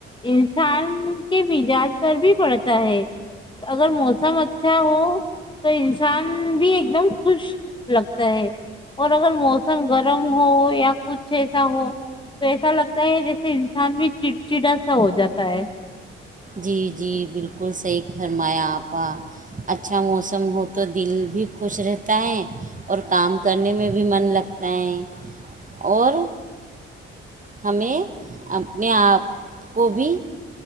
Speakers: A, on the left (about 15°); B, on the right (about 25°).
A: انسان کے مجاج پر بھی پڑتا ہے اگر موسم اچھا ہو تو انسان بھی ایک دم خوش لگتا ہے اور اگر موسم گرم ہو یا کچھ ایسا ہو تو ایسا لگتا ہے جیسے انسان بھی چڑچڑا سا ہو جاتا ہے
B: جی جی بالکل صحیح فرمایا آپ کا اچھا موسم ہو تو دل بھی خوش رہتا ہے اور کام کرنے میں بھی من لگتا ہے اور ہمیں اپنے آپ کو بھی